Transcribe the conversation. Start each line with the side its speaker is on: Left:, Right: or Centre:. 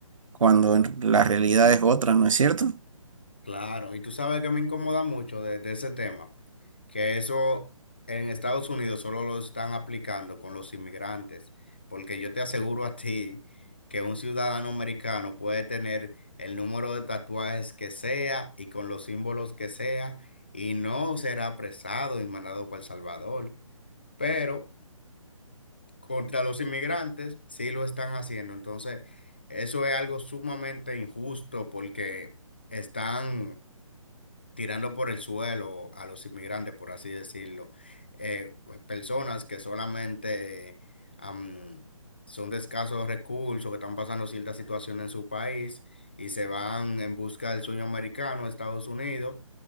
Right: cuando en la realidad es otra, ¿no es cierto?
Left: Claro, y tú sabes que me incomoda mucho de, de ese tema, que eso en Estados Unidos solo lo están aplicando con los inmigrantes, porque yo te aseguro a ti que un ciudadano americano puede tener el número de tatuajes que sea y con los símbolos que sea y no será apresado y mandado para El Salvador, pero contra los inmigrantes sí lo están haciendo, entonces eso es algo sumamente injusto porque están tirando por el suelo a los inmigrantes, por así decirlo. Eh, pues, personas que solamente eh, am, son de escasos recursos, que están pasando cierta situación en su país y se van en busca del sueño americano a Estados Unidos.